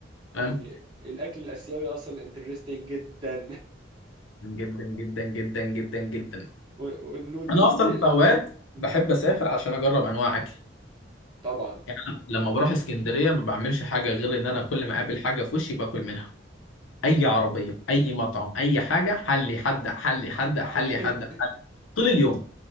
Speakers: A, on the left (about 85°); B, on the right (about 25°).
A: فاهم
B: ال- الاكل الاسيوي اصلا انترستنج جدا
A: جدا جدا جدا جدا جدا
B: <laughs> و- والنودلز
A: انا اصلا
B: دي
A: في اوقات
B: مم،
A: بحب اسافر عشان اجرب انواع اكل
B: طبعا
A: يعني أنا لما بروح اسكندريه ما بعملش حاجه غير ان انا كل ما اقابل حاجه في وشي باكل منها اي عربيه اي مطعم اي حاجه حلي حد حلي حد حلي
B: <laughs>
A: حد حلي طول اليوم